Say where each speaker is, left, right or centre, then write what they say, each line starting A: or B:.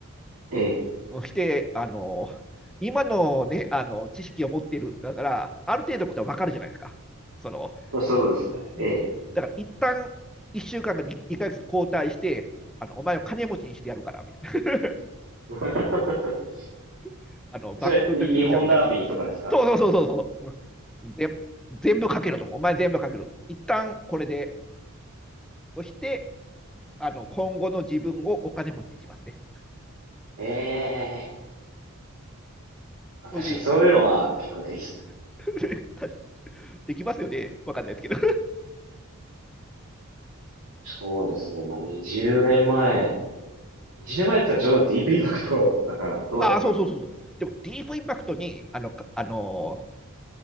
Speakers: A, on the right; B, in the centre.
A: ええ。
B: して、あの、今のね、あの、知識を持っているだから、ある程度のことはわかるじゃないですか。その、
A: まあそうですね。
B: うん、
A: ええ。
B: だから一旦一週間か1ヶつ交代して、あのお前を金持ちにしてやるからみたいな
A: <laughs>
B: <laughs>。あのバック・
A: それ、
B: トゥ・
A: に、
B: ザ・フューチャーみたいな。
A: 日本ダービーとかですか
B: そうそうそうそうそう。全部全部かけろと。お前全部かけろと。一旦これで、そしてあの今後の自分をお金持ちにしますね。
A: ええ。まあ確かにそういうのは結構できそう。
B: という <laughs>、できますよね。わかんないですけど
A: そうですね。まあ20年前。
B: <laughs>。
A: 20年前って言ったらちょうどディープインパクトだからどうなんだろう。
B: ああ、そうそうそうそう。でも、ディープインパクトに、あの、あの